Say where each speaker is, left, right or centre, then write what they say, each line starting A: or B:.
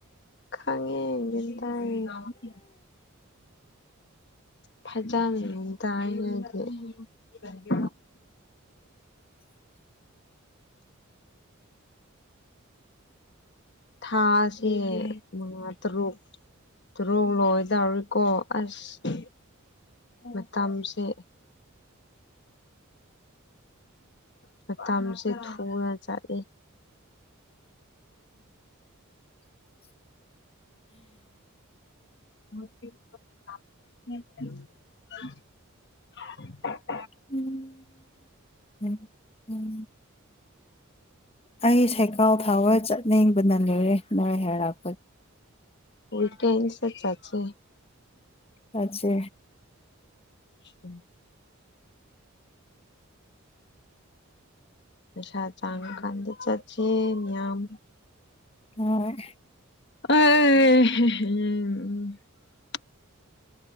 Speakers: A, on the left; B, on the left.
A: ꯈꯪꯉꯦ ꯒ꯭ꯌꯥꯟ ꯇꯥꯏꯌꯦ ꯐꯖꯅ ꯑꯗꯨꯝꯇꯥꯏꯌꯦ ꯑꯩꯗꯤ
B: <inaudible>
A: ꯊꯥꯁ ꯇꯦ ꯃꯉꯥꯥ ꯇꯔꯨꯛ ꯇꯔꯨꯛ ꯂꯣꯏ ꯗꯧꯔꯦꯀꯣ ꯑꯁ ꯃꯇꯝꯁꯦ ꯃꯇꯝꯁꯦ ꯊꯨꯅ ꯆꯠꯂꯤ
B: <inaudible>
A: <unintelligible>
B: ꯎꯝ ꯎꯝ ꯎꯝ ꯑꯩ ꯁꯥꯏꯀꯥꯟ ꯊꯥꯎꯕ ꯆꯠꯅꯤꯡꯕꯅ ꯂꯣꯏꯔꯦ ꯅꯣꯏ ꯍꯥꯏꯔꯛ
A: ꯑꯣꯏ ꯇꯦꯁꯇ ꯆꯠꯁꯦ
B: ꯆꯠꯁꯦ
A: <inaudible> ꯄꯩꯁꯥ ꯆꯥꯡ ꯀꯥꯟꯗ ꯆꯠꯁꯦ ꯃꯤꯌꯥꯝ
B: ꯍꯣꯢ
A: ꯑꯩ ꯑ ꯍ ꯍꯦ